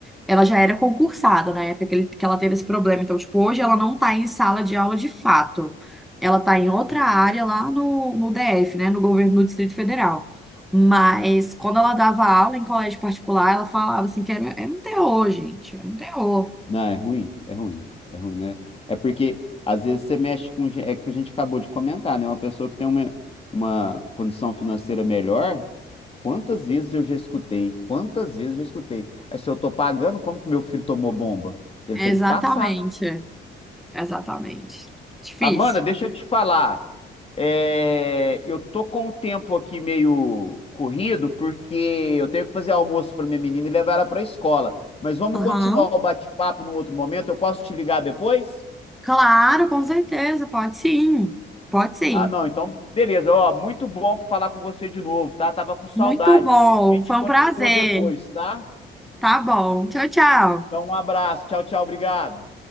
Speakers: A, in the centre; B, on the left.
A: ela já era concursada na época que, ele- que ela teve esse problema. Então, tipo, hoje ela não tá em sala de aula de fato. Ela tá em outra área lá no, no DF, né? No governo do Distrito Federal. Mas quando ela dava aula em colégio particular, ela falava assim que era, era um terror, gente. Era um terror.
B: Não, é ruim, é ruim, é ruim, né? É porque às vezes você mexe com. gen- É o que a gente acabou de comentar, né? Uma pessoa que tem uma, uma condição financeira melhor, quantas vezes eu já escutei? Quantas vezes eu já escutei? "Ah, Se eu tô pagando, como que meu filho tomou bomba? Ele
A: Exatamente.
B: tem que passar.
A: Exatamente. Difícil.
B: Amanda, deixa eu te falar. É, eu tô com o tempo aqui meio corrido, porque eu tenho que fazer almoço para minha menina e levar ela para a escola. Mas vamos
A: Aham.
B: continuar o bate-papo num outro momento. Eu posso te ligar depois?
A: Claro, com certeza, pode sim. Pode sim.
B: Ah, não, então, beleza. Ó, muito bom falar com você de novo, tá? Tava com saudade.
A: Muito bom,
B: A gente
A: foi
B: continua
A: um prazer.
B: depois, tá?
A: Tá bom. Tchau, tchau.
B: Então, um abraço. Tchau, tchau. Obrigado.